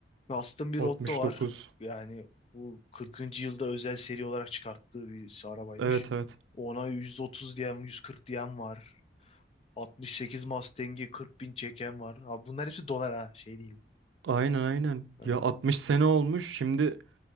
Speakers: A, on the left (about 30°); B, on the right (about 80°).
A: Custom bir
B: 69.
A: Otto var. Yani bu 40. yılda özel seri olarak çıkarttığı bir arabaymış.
B: Evet evet.
A: Ona 130 diyen, 140 diyen var. 68 Mustang'i 40 bin çeken var. Abi bunlar hepsi dolar ha şey değil.
B: Aynen aynen.
A: Ha.
B: Ya 60 sene olmuş. Şimdi